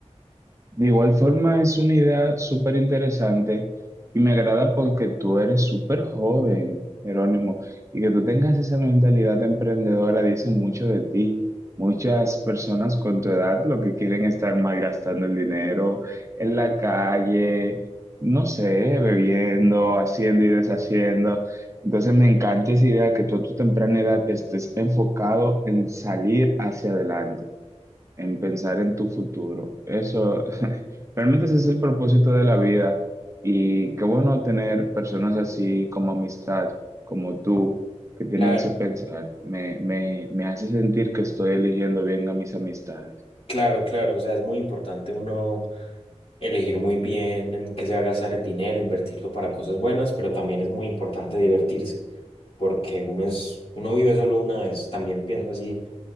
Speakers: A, on the right (about 25°); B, on the left (about 55°).
A: De igual forma, es una idea súper interesante y me agrada porque tú eres súper joven, Jerónimo, y que tú tengas esa mentalidad emprendedora dice mucho de ti. Muchas personas con tu edad lo que quieren es estar malgastando el dinero en la calle, no sé, bebiendo, haciendo y deshaciendo. Entonces me encanta esa idea que tú a tu temprana edad estés enfocado en salir hacia adelante en pensar en tu futuro. Eso, <laughs> realmente ese es el propósito de la vida y qué bueno tener personas así como amistad, como tú, que tienen
B: Claro,
A: ese pensar. Me, me, me hace sentir que estoy eligiendo bien a mis amistades.
B: claro, claro. O sea, es muy importante uno elegir muy bien en qué se va a gastar el dinero, invertirlo para cosas buenas, pero también es muy importante divertirse, porque uno es, uno vive solo una vez. También pienso así